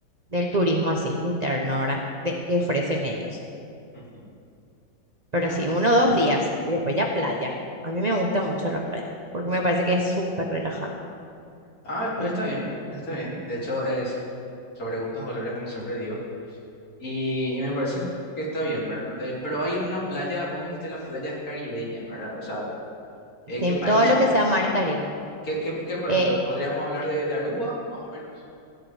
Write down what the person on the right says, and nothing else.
del turismo así, interno, ¿verdad? De, que ofrecen ellos.
Pero
sí, uno o dos días. Y después ya playa. A mí me gusta mucho la playa, porque me parece que es súper relajante.
Y
sí,
todo lo que sea mar Caribe.
Eh,